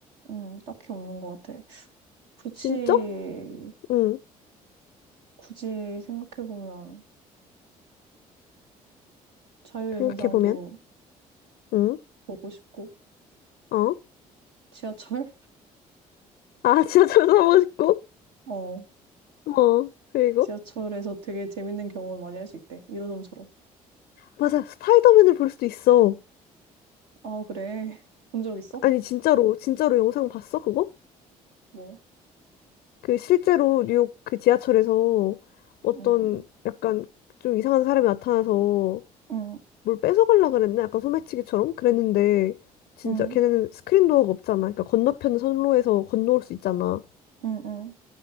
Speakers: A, on the right; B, on the left.
A: 응, 딱히 없는 것 같아. 굳이,
B: 진짜? 응,
A: 굳이 생각해보면 자유의
B: 생각해보면.
A: 신상도
B: 응,
A: 보고 싶고,
B: 어?
A: 지하철?
B: 아, <laughs> 지하철아보고 싶고?
A: <laughs> 어.
B: 어, 그리고?
A: 지하철에서 되게 재밌는 경험을 많이 할 수 있대. 1호선처럼.
B: 맞아, 스파이더맨을 볼 수도 있어.
A: 아, 그래. <laughs> 본 적 있어?
B: 아니, 진짜로, 진짜로 영상 봤어, 그거?
A: 뭐.
B: 그 실제로 뉴욕 그 지하철에서 어떤
A: 응,
B: 약간 좀 이상한 사람이 나타나서
A: 응,
B: 뭘 뺏어가려고 그랬나? 약간 소매치기처럼? 그랬는데, 진짜
A: 응,
B: 걔네는 스크린 도어가 없잖아. 그러니까 건너편 선로에서 건너올 수 있잖아.
A: 응, 응,